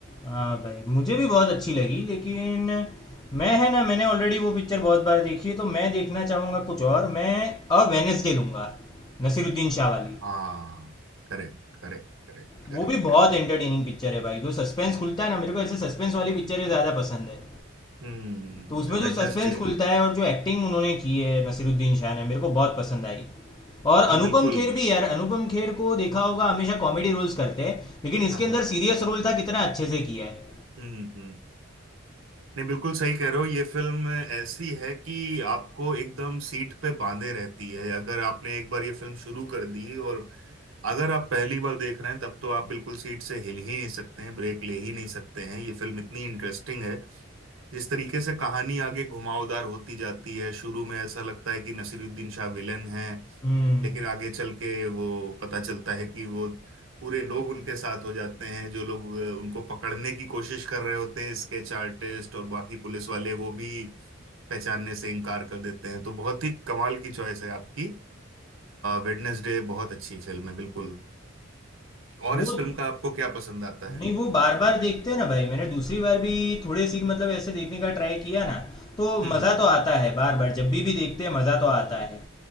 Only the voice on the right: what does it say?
हाँ करेक्ट करेक्ट करेक्ट करेक्ट
हम्म
वेडनेसडे
जी
बिल्कुल
हाँ
हाँ
हम्म हम्म नहीं बिल्कुल सही कह रहे हो ये फिल्म ऐसी है कि आपको एकदम सीट पे बांधे रहती है अगर आपने एक बार ये फिल्म शुरू कर दी और अगर आप पहली बार देख रहे हैं तब तो आप बिल्कुल सीट से हिल ही नहीं सकते हैं ब्रेक ले ही नहीं सकते हैं ये फिल्म इतनी इंटरेस्टिंग है जिस तरीके से कहानी आगे घुमावदार होती जाती है शुरू में ऐसा लगता है कि नसीरुद्दीन शाह विलेन है
लेकिन आगे चल के वो पता चलता है कि वो पूरे लोग उनके साथ हो जाते हैं जो लोग अ, उनको पकड़ने की कोशिश कर रहे होते हैं स्केच आर्टिस्ट और बाकी पुलिस वाले वो भी पहचानने से इनकार कर देते हैं तो बहुत ही कमाल की चॉइस है आपकी वेडनेसडे बहुत अच्छी फिल्म है बिल्कुल और
इस फिल्म का आपको क्या पसंद आता
है
हम्म
हम्म